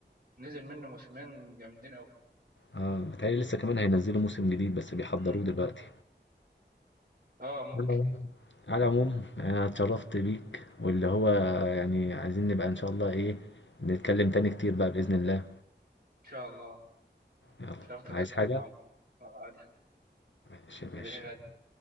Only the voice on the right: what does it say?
نزل منه موسمين جامدين أوي
امم
اه ممكن
إن شاء الله
شرفت
بك
يا عمرو آه، عادل
حبيبي